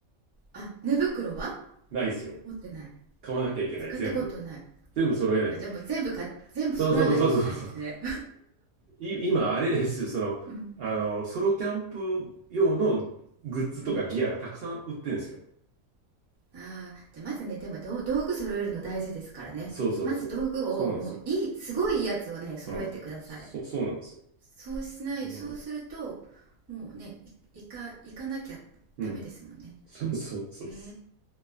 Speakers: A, on the right; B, on the right.
A: あ、寝袋は？
B: ないですよ。
A: 持ってない。
B: 買わなきゃいけない、
A: 使ったことない。
B: 全部。全部揃えないといけない。
A: あ、じゃあもう全部か全部揃えなきゃいけないですね。
B: そうそうそうそうそう。い今、あれです。その、
A: <laughs> うん、
B: あの、ソロキャンプ用のグッズとかギアがたくさん売ってるんですよ。
A: うん。ああ、じゃあまずね、でもどう道具揃えるの大事ですからね。
B: そうそうそう。
A: まず道具をもういいすごいいいやつをね、
B: そうなんですよ。
A: 揃えてください。
B: うん。そう、そうなんですよ。
A: そうしないそうすると、
B: うん。
A: もうね、い行か行かなきゃダメですもんね。
B: うん。そうそうそうそ
A: へ